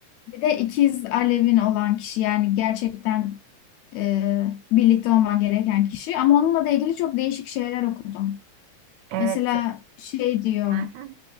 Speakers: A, on the left (about 80°); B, on the right (about 75°).
A: Bir de ikiz alevin olan kişi yani gerçekten e, birlikte olman gereken kişi ama onunla da ilgili çok değişik şeyler okudum.
B: Evet.
A: Mesela şey diyor
B: Hı hı.